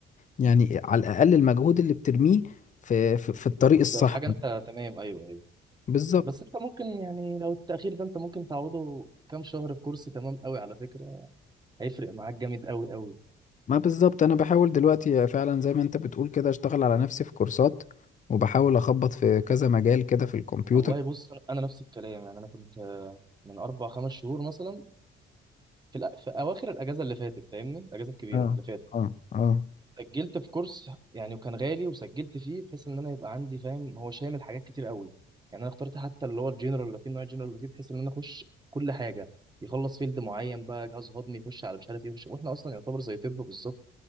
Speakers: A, on the left; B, on the right.
A: يعني على الاقل المجهود اللي بترميه في في, في الطريق الصح
B: ده في حاجة انت تمام ايوه ايوه
A: بالظبط
B: بس انت ممكن يعني لو التأخير ده انت ممكن تعوضه كام شهر في كورس تمام قوي على فكرة هيفرق معاك جامد قوي قوي
A: ما بالظبط انا بحاول دلوقتي فعلا زي ما انت بتقول كده اشتغل على نفسي في كورسات وبحاول اخبط في كذا مجال كده في الكمبيوتر
B: والله بص انا نفس الكلام يعني انا كنت آه، من اربع خمس شهور مثلا في, الأ... في اواخر الاجازه اللي فاتت فاهمني الاجازه الكبيره
A: اه
B: اللي فاتت
A: اه اه
B: سجلت في كورس يعني وكان غالي وسجلت فيه بحيث ان انا يبقى عندي فاهم هو شامل حاجات كتير قوي يعني انا اخترت حتى اللي هو الجنرال اللي فيه نوع الجنرال اللي فيه بحيث ان انا اخش كل حاجه يخلص فيلد معين بقى جهاز هضمي يخش على مش عارف ايه يخش واحنا اصلا يعتبر زي طب بالظبط